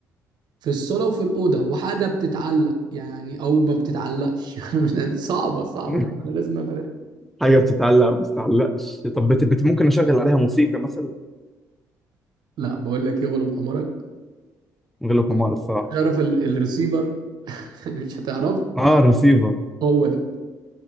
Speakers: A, on the right (about 60°); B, in the centre.
A: في الصاله وفي الاوضه وحاجه بتتعلق يعني او ما بتتعلقش <laughs> انا مش يعني صعبه صعبه
B: <laughs>
A: طب انا لازم أفهم.
B: حاجه بتتعلق ما بتتعلقش طب بت... بت... ممكن اشغل عليها موسيقى مثلا
A: لا بقول لك ايه غلب حمارك
B: من غير الحمار الصراحه
A: تعرف ال- الريسيفر <laughs> مش هتعرف
B: اه رسيفر
A: هو ده